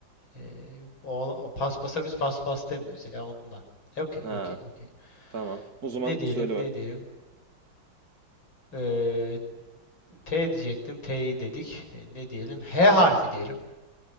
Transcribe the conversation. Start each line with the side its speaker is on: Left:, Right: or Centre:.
Left: E, o, o paspasa biz paspas demiyoruz ya ondan. E, okey
Right: Ha,
Left: okey okey.
Right: tamam. O zaman
Left: Ne diyelim
Right: söyle
Left: ne
Right: be.
Left: diyelim. E, T diyecektim T'yi dedik. E, ne diyelim? H harfi diyelim.